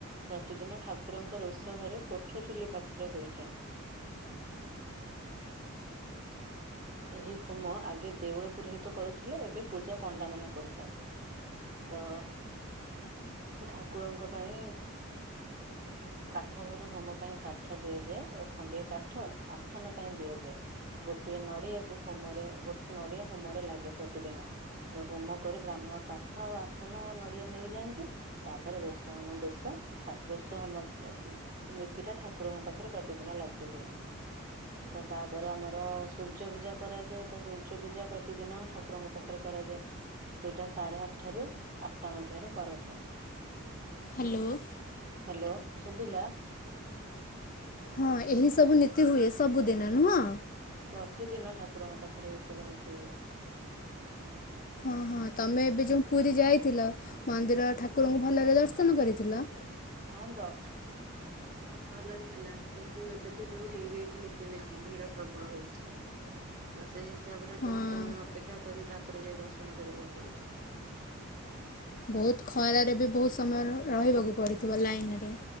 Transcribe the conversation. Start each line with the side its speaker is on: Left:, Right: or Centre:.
Right: ପ୍ରତିଦିନ ଠାକୁରଙ୍କ ରୋଷ ଘରେ କୋଠ ଚୁଲି ପାଖରେ ହୋଇଥାଏ। ଏହି ହୋମ ଆଗେ ଦେଉଳ ପୁରୋହିତ କରୁଥିଲେ, ଏବେ ପୂଜା ପଣ୍ଡା ମାନେ କରୁଛନ୍ତି। ତ ଠାକୁରଙ୍କ ପାଇଁ କାଠ ଘରୁ ହୋମ ପାଇଁ କାଠ ଦିଆଯାଏ ଓ ଖଣ୍ଡିଆ କାଠ ଆସନ ପାଇଁ ଦିଆଯାଏ। ଗୋଟିଏ ନଡିଆକୁ ହୋମରେ ଗୋେ ନଡିଆ ହୋମରେ ଲାଗେ ପ୍ରତିଦିନ। ତ ହୋମ କରି ବ୍ରାହ୍ମଣ କାଠ ଆଉ ଆସନ ଓ ନଡିଆ ନେଇଯାଆନ୍ତି। ତାପରେ ରସ ହମ ବେଶ ରସ ହୋମ ନୀତି ଟା ଠାକୁରଙ୍କ ପାଖରେ ପ୍ରତିଦିନ ଲାଗି ହୁଏ, ତ ତାପରେ ଆମର ସୂର୍ଯ୍ୟ ପୂଜା କରାଯାଏ ତ ସୂର୍ଯ୍ୟ ପୂଜା ପ୍ରତିଦିନ ଠାକୁରଙ୍କ ପାଖରେ କରାଯାଏ। ସେଇଟା ସାଢେ ଆଠଟାରୁ ଆଠଟା ମଧ୍ୟରେ କରାଯାଏ।
Left: ହ୍ୟାଲୋ।
Right: ହ୍ୟାଲୋ ଶୁଭିଲା?
Left: ହଁ ଏହିସବୁ ନୀତି ହୁଏ ସବୁଦିନ ନୁହଁ?
Right: ପ୍ରତିଦିନ ଠାକୁରଙ୍କ ପାଖରେ ଏଇ ସବୁ ନୀତି ହୁଏ।
Left: ହଁ ହଁ ତୁମେ ଏବେ ଯେଉଁ ପୁରୀ ଯାଇଥିଲ ମନ୍ଦିର ଠାକୁରଙ୍କୁ ଭଲରେ ଦର୍ଶନ କରିଥିଲ।
Right: ହଁ ଦସ ଭଲରେ ହେଲା କିନ୍ତୁ ଏବେ ତ ଯୋଉ ହେଇଯାଇଛି ନୀତି ନିିୟମ ଭିଡ ପ୍ରବଳ ହଉଛି। ତ ସେଇ ହିସାବରେ
Left: ହଁ
Right: ବହୁତ ସମୟ ଅପେକ୍ଷା କରି ତାପରେ ଯାଇ ଦର୍ଶନ କରିବାକୁ ପଡୁଛି।
Left: ବହୁତ ଖରାରେ ବି ବହୁତ ସମୟ ରହିବାକୁ ପଡିଥିବ ଲାଇନରେ।